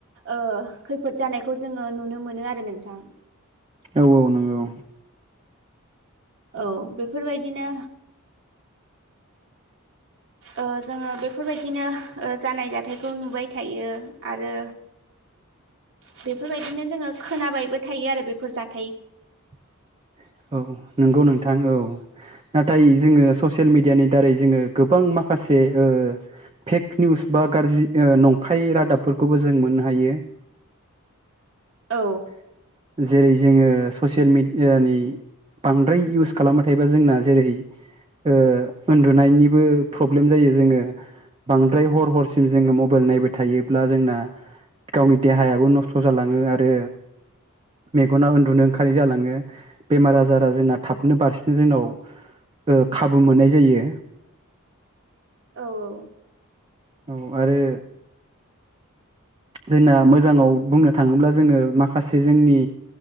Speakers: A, on the right; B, on the right.
A: ओ खैफोद जानायखौ जोङो नुनो मोनो आरो नोंथां।
B: औ औ नोंगौ।
A: औ बेफोरबायदिनो ओ जोङो बेफोरबायदिनो ओ जानाय जाथायखौ नुबाय थायो आरो
B: <inaudible>
A: बेफोरबायदिनो जोङो खोनाबायबो थायो आरो बेफोर जाथ
B: <inaudible> औ नंगौ नों थां औ नाथाय जोङो ससियेल मेडियानि दारै जोङो गोबां माखासे ओ फेक निउस बा गाज्रि ओ नंखाय रादाबफोरखौबो जों मोननो हायो।
A: औ
B: <inaudible> जेरै जोङो ससियेल मिडियानि बांद्राय इउस खालामबाय थायोबा जोंना जेरै ओ उन्दुनायनिबो प्रब्लेम जायो जोङो बांद्राय हर हरसिम जोङो मबाइल नायबाय थायोब्ला जोंना गावनि देहायाबो नस्थ' जालाङो आरो मेगना उन्दुनो ओंखारि जालाङो बेमार आजारा जोंना थाबनो बारसिनो जोंनाव ओ खाबु मोननाय जायो।
A: औ
B: औ आरो जोंना मोजाङाव बुंनो थाङोब्ला जोङो माखासे जोंनि